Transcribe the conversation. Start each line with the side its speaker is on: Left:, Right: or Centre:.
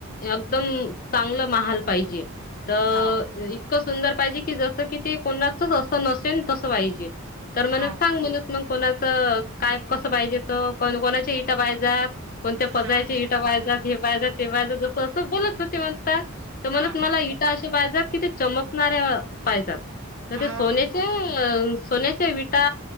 Left: यकदम चांगलं महाल पाहिजे त.....
Right: हाव
Left: इतक सुंदर पाहिजे कि जसं कि ते कोणाचचं असं नसेन तसं पाहिजे, तर मन
Right: हा
Left: सांग म्हने मंग कोणाचं काय कसं पाहिजे त कन कोणाच्या इटा पायजात कोणत्या पजायची
Right: हा
Left: इटा पाहाजात हे पाहिजात ते पाहिज जसं असं बोलत होते म्हणता तर म्हणत
Right: हा हा
Left: मला इटा अशा पायजात की ते चमकणाऱ्या पायजात तर
Right: हा
Left: ते सोने ह्म् अ, सोन्याच्या विटा